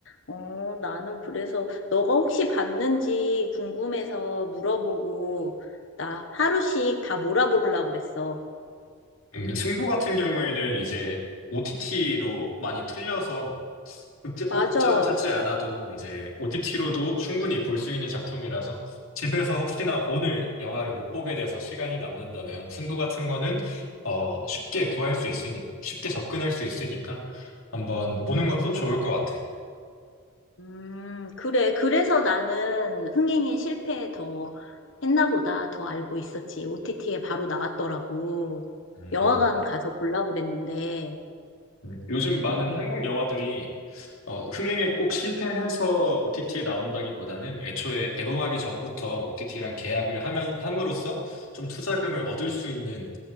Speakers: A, on the left; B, on the left.
A: 어, 나는 그래서 너가 혹시 봤는지 궁금해서 물어보고 나 하루씩 다 몰아보려고 그랬어.
B: 음, 승부 같은 경우에는 이제 OTT로 많이 풀려서 극장, 꼭
A: 맞아.
B: 극장을 찾지 않아도 이제 OTT로도
A: 음.
B: 충분히 볼 수 있는 작품이라서 집에서 혹시나 오늘 영화를 못 보게 돼서 시간이 남는다면 승부 같은 거는 어, 쉽게 구할 수 있으니, 쉽게 접근할 수 있으니까 한번 보는
A: 음,
B: 것도 좋을 것 같아.
A: 음, 그래. 그래서 나는 흥행에 실패 더 했나 보다 더 알고 있었지. OTT에 바로 나왔더라고.
B: 음.
A: 영화관 가서 보려고 그랬는데.
B: 음, 요즘 많은
A: 음.
B: 한국 영화들이 어, 흥행에 꼭 실패해서 OTT에 나온다기보다는 애초에 개봉하기 전부터 OTT랑 계약을 하면, 함으로써 좀 투자금을 얻을 수 있는